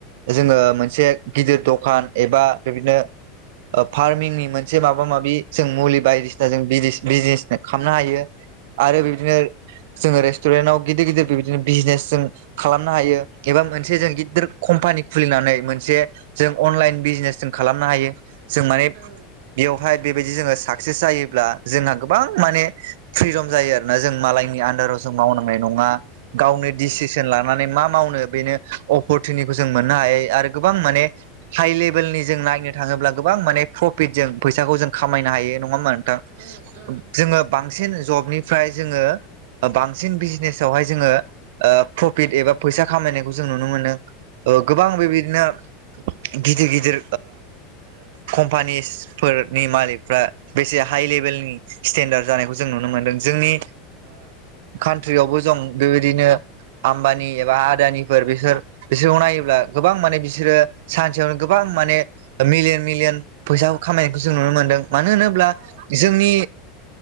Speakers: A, on the right; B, on the right.
A: जोङो मोनसे गिदिर दखान एबा बेदिनो फार्मिंनि मोनसे माबा माबि जों मुलि बायदिसिना जों बिजनेस खालामनो हायो। आरो
B: उम
A: बिदिनो जोङो रेस्टुरेन्टाव गिदिर गिदिर बिबदिनो बिजनेस जों खालामनो हायो एबा मोनसे
B: उम
A: जों गिदिर कम्पानि खुलिनानै मोनसे जों अनलाइन बिजनेस जों खालामनो हायो जों माने
B: उम
A: बेवहाय बेबायदि जोङो साक्सेस जायोब्ला जोंहा गोबां माने फ्रिदम जायो आरोना जों मालायनि आ। राव जों मावनांनाय नंङा गावनो
B: उम
A: डिसिसन लानो माने मा मावनो बेनो अपरसुनिटिखौ जों मोननो हायो आरो गोबां माने। हाइ लेभेलनि जों नायनो थाङोब्ला गोबां माने प्रफिट जों फैसाखौ जों खामायनो हायो नङा हा नोंथां।
B: उम
A: जोङो बांसिन जबनिफ्राय जोङो। बांसिन बिजनेसावहाय जोङो प्रफिट एबा फैसा खामायनायखौ जों नुनो मोनो। गोबां
B: औ
A: बेबायदिनो गिदिर गिदिर कम्पानिस। फोरनि मालिकफ्रा बेसे हाइ लेभेलनि स्टेन्डार्ड जानायखौ जों नुनो मोनदों जोंनि। कान्ट्रियावबो जं बेबायदिनो आम्बानि एबा आदानिफोर बिसोर। बिसोरखौ नायोब्ला गोबां माने बिसोरो सानसेयावनो गोबां माने। मिलियन मिलियन फैसा खामायनायखौ जों नुनो मोनदों मानो होनोब्ला।
B: औ
A: जोंनि